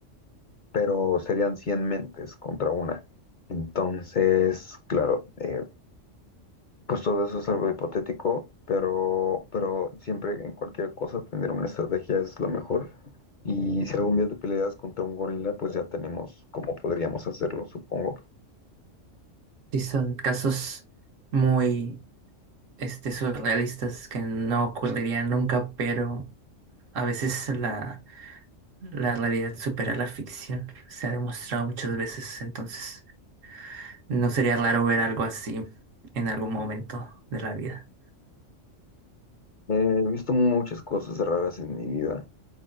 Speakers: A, on the left; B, on the right.
A: pero serían 100 mentes contra una. Entonces, claro, eh, Pues todo eso es algo hipotético, pero, pero siempre en cualquier cosa tener una estrategia es lo mejor. Y si algún día te peleas contra un gorila, pues ya tenemos cómo podríamos hacerlo, supongo.
B: Sí, son casos muy este, surrealistas que no ocurrirían nunca, pero a veces la, la realidad supera la ficción. Se ha demostrado muchas veces, entonces no sería raro ver algo así en algún momento de la vida.
A: Eh, He visto muchas cosas raras en mi vida,